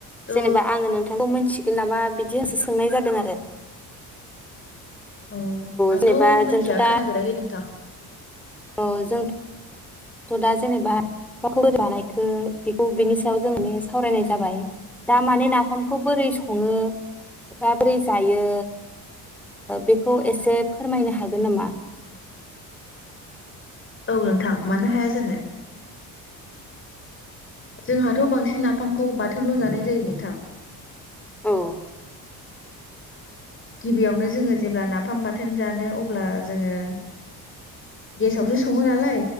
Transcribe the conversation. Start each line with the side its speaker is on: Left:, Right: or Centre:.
Left: थ'
Centre: जेनेबा आङो नोंथांखौ मोनथि बि नामा बिदि होसो सोंनाय जादों आरो
Left: औ आंथ'
Centre: जेनेबा
Left: मिथिया
Centre: जोंथ' दा
Left: खोनाफेराखै नोंथां
Centre: औ जोंथ' दा जेनेबा <inaudible> लानाय बेखौ बेखौ बिनि सायाव जोंनो सावरायनाय जाबाय दा माने नाफामखौ बोरै सङो एफा बोरै जायो बेखौ एसे फोरमायनो हागोन नामा
Left: औ नोंथां मानो हाया जानो जोंहाथ' बांसिन नाफामखौ बाथोनल' जानाय जायो नोंथां
Centre: औ
Left: गिबियावनो जोङो जेब्ला नाफाम बाथोन जानो अब्ला जोङो गेसावसो सङो नालाय